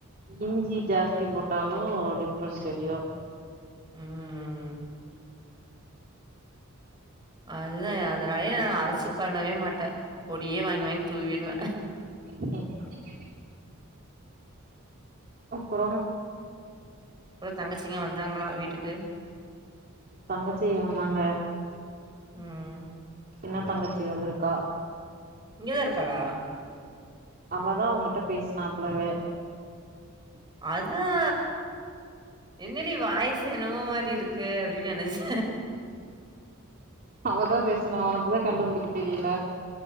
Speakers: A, on the right; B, on the right.
A: இஞ்சி ஜாஸ்தி போட்டாலு டிஃப்ரென்ட் தெரியு
B: உம் அதுதா அதனாலயே நா அரச்சி பண்ணவே மாட்ட பொடியே வாங்கி வாங் தூவிடுவே
A: ம் <inaudible> அப்பறோ
B: அப்ற தங்கச்சிங்ளா வந்தாங்ளா வீட்டுக்கு
A: தங்கச்சி வந்தாங்க
B: ம்
A: சின்ன தங்கச்சி வந்துருக்கா
B: இங்க தா இருக்காளா
A: அவதா உங்கட்ட பேசுனா அப்ளவே
B: அதுஆ என்னடி வாய்சு என்னமோ மாரி இருக்கு அப்டின் நெனச்
A: அவதா பேசுனா ஒனக்கூட கண்டுபுடிக்க தெரில